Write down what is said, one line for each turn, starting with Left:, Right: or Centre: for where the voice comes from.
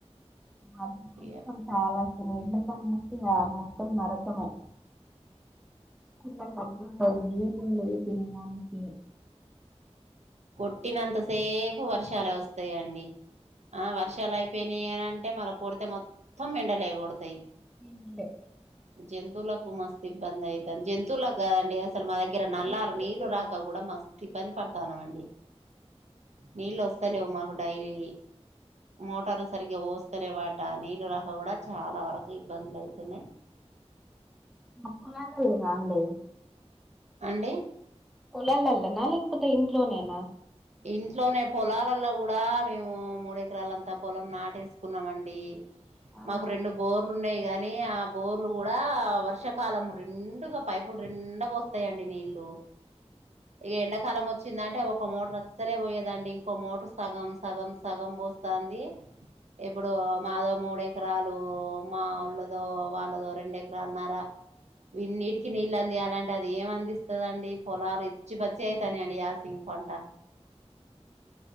Centre: అది కష్టం
Right: ఇగ
Centre: చాలా ఇంతకు ముందు మొత్తం మొత్తం మార కొమ <unintelligible> భయ్యం లేదు పినమామకి
Right: కొట్టినంత సేప్ ఎక్కువ్ వర్షాలే వస్తాయండి ఆ వర్షాలు అయిపోయినయంటే మళ కొడితే మొత్తం ఎండలేకొడతయి
Centre: ఉమ్ <unintelligible>
Right: జంతువులకు మస్తు ఇబ్బంది అయితంది జంతువులకు కాదండి అస్ సలు మా దగ్గర
Centre: మనుషులకు
Right: నల్లాలు నీళ్లు
Centre: గూడా
Right: రాక కూడా మస్త్ ఇబ్బంది పడతా ఉన్నవ్ అండి నీళ్ళొస్తాలేవు మా కూ డైలీ మోటార్లు సరిగ్గా ఓస్తాలేవటా నీళ్ళు రాక కూడా చాలా వరకు ఇబ్బందులు అయితన్నాయ్
Centre: పొలాలే లేవా అండి
Right: అండి
Centre: పొలాలలొనా లేకపోతే ఇంట్లోనేనా
Right: ఇంట్లోనే పొలాలలో కూ డా మేము మూడెకరాలంతా పొలం నాటేసుకున్నామండి
Centre: ఆ!
Right: మాకు రెండు బోర్లు ఉన్నాయి గాని నీ ఆ బోర్లు కూడా వర్షాకాలం నిండుగా పైపులు నిండా పోస్తాయండి నీళ్లు ఈ ఎండాకాలం వచ్చిందంటే ఒక మోటర్ లే పోయదండి ఇంకో మోటర్ సగం సగం సగం పోస్తాంది ఇప్పుడు మాదో మూడు ఎకరాలు మాళ్ళదో వాళ్ళదో రెం రెండు ఎకరన్నర విన్నీటికి నీళ్ళందియాలంటే అది ఏం అందిస్తదండి పొలాలు ఇచ్చి పచ్చిగైతన్నయండి యాసింగ పంట